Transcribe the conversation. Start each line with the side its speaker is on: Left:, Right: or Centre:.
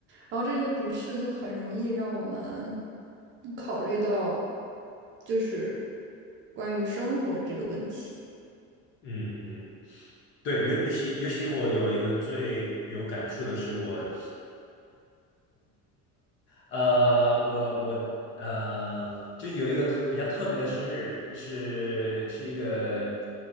Right: 然后这些不适就很容易让我们考虑到，就是关于生活这个问题。
Left: 嗯嗯，对，尤尤其尤其我有一个最有感触的是我，呃，我我呃，就有一个特比较特别的生日，是是一个，